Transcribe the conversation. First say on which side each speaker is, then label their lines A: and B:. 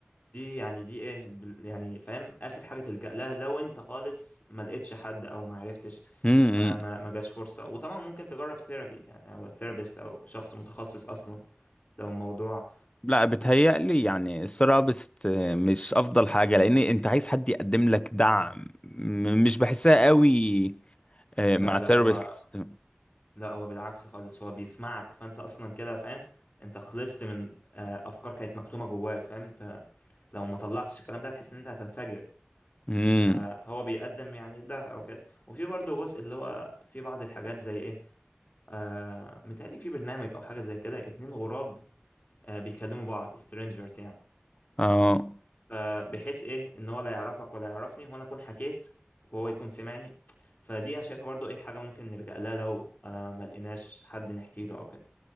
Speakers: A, on the left; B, on the left.
A: دي يعني دي ايه بال- يعني فاهم اخر حاجة تلجأ لها لو انت خالص ما لقيتش حد او ما عرفتش
B: امم
A: ما ما ما جاش فرصة وطبعا ممكن تجرب ثيرابي يعني او ثيرابيست او شخص متخصص اصلا لو الموضوع
B: لا بتهيألي يعني الثيرابيست مش افضل حاجة لان انت عايز حد يقدم لك دعم م- مش بحسها قوي آه،
A: لا
B: مع
A: لا
B: ثيرابيست
A: هو لا هو بالعكس خالص هو بيسمعك فانت اصلا كده فاهم انت خلصت من آه، افكار كانت مكتومه جواك فاهم انت لو ما طلعتش الكلام ده هتحس ان انت هتنفجر
B: امم
A: فهو بيقدم يعني ده او كده وفي برضه جزء اللي هو في بعض الحاجات زي ايه آه متهيألي في برنامج او حاجه زي كده اتنين غراب آه بيكلموا بعض strangers يعني
B: اه
A: فبحيث ايه ان هو لا يعرفك ولا يعرفني وانا اكون حكيت وهو يكون سمعني فدي انا شايفها برضو ايه حاجه ممكن نلجأ لها لو آه ما لقيناش حد نحكي له او كده